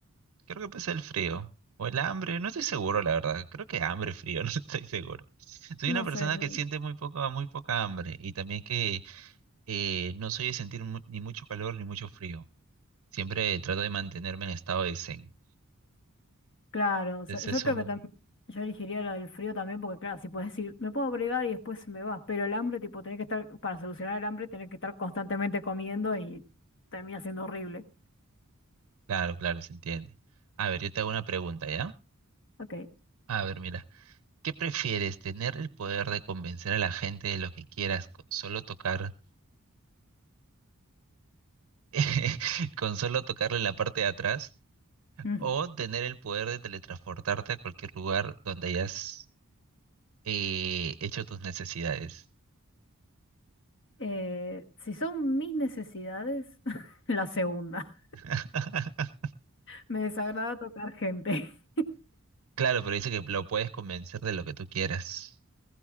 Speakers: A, on the right; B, on the left.
A: Creo que pasa el frío o el hambre, no estoy seguro, la verdad. Creo que hambre, frío, <laughs> no estoy seguro. Soy una
B: No
A: persona
B: sé, yo.
A: que siente muy poca, muy poca hambre y también que eh, no soy de sentir mu- ni mucho calor ni mucho frío. Siempre trato de mantenerme en estado de zen.
B: Claro, o sea,
A: Entonces
B: yo
A: es
B: creo
A: un...
B: que también, yo elegiría la del frío también, porque claro, si puedes decir, me puedo abrigar y después me va, pero el hambre, tipo, tenés que estar, para solucionar el hambre, tenés que estar constantemente comiendo y termina siendo horrible.
A: Claro, claro, se entiende. A ver, yo te hago una pregunta, ¿ya?
B: Ok.
A: A ver, mira, ¿qué prefieres, tener el poder de convencer a la gente de lo que quieras con solo tocar, <laughs> con solo tocarle la parte de atrás?
B: Mm.
A: O tener el poder de teletransportarte a cualquier lugar donde hayas eh, hecho tus necesidades.
B: Eh, si son mis necesidades, <laughs> la segunda.
A: <laughs>
B: Me desagrada tocar gente. <laughs>
A: Claro, pero dice que lo puedes convencer de lo que tú quieras.